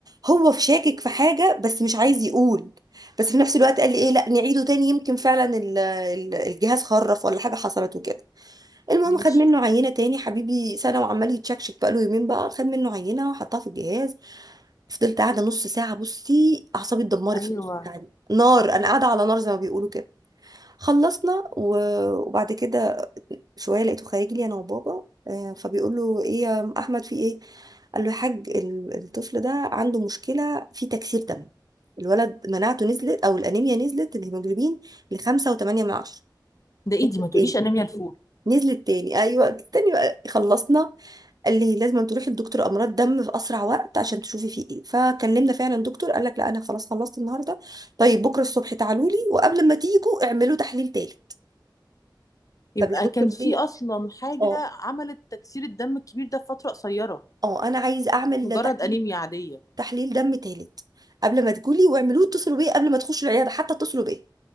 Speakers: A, on the right; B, on the left.
A: هو في شاكك في حاجه بس مش عايز يقول بس في نفس الوقت قال لي ايه لا نعيده تاني يمكن فعلا ال- ال- الجهاز خرف ولا حاجه حصلت وكده المهم
B: ماشي
A: خد منه عينه تاني حبيبي سنه وعمال يتشكشك بقاله يومين بقى خد منه عينه وحطها في الجهاز فضلت قاعده نص ساعه بصي اعصابي اتدمرت
B: ايوه
A: في نص ساعه دي نار انا قاعده على نار زي ما بيقولوا كده خلصنا و- وبعد كده شويه لقيته خارج لي انا وبابا آه، فبيقول له ايه يا احمد في ايه قال له يا حاج ال- الطفل ده عنده مشكله في تكسير دم الولد مناعته نزلت او الانيميا نزلت الهيموجلوبين ل 5.8
B: ده ايدي ما
A: من 10
B: تقوليش
A: تاني
B: انيميا <laughs> الفول
A: نزلت تاني ايوه تاني بقى خلصنا قال لي لازم تروحي لدكتور امراض دم في اسرع وقت عشان تشوفي فيه ايه فكلمنا فعلا دكتور قال لك لا انا خلاص خلصت النهارده طيب بكره الصبح تعالوا لي وقبل ما تيجوا اعملوا تحليل تالت
B: يبقى
A: طب يا دكتور
B: كان في
A: ليه
B: اصلا حاجة
A: اه
B: عملت تكسير الدم الكبير ده في فترة قصيرة
A: اه انا عايز اعمل
B: مش مجرد
A: تحليل
B: انيميا عادية
A: تحليل دم تالت قبل ما تقولي واعملوه اتصلوا بيا قبل ما تخشوا العياده حتى اتصلوا بيا